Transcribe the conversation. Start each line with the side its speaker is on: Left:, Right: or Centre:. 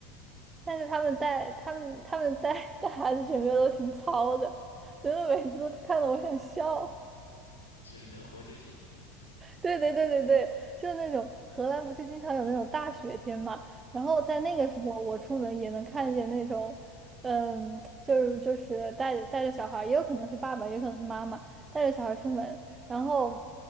Right: 但是他们带他们他们带 <laughs> 带孩子，整个都挺糙的，真的每次都看得我想笑。
Left: 所以能活就行
Right: <laughs> 对对对对对，就是那种荷兰不是经常有那种大雪天嘛，然后在那个时候我出门也能看见那种，
Left: 啊！
Right: 嗯，就是就是带着带着小孩儿也有可能是爸爸，也有可能是妈妈带着小孩儿出门，然后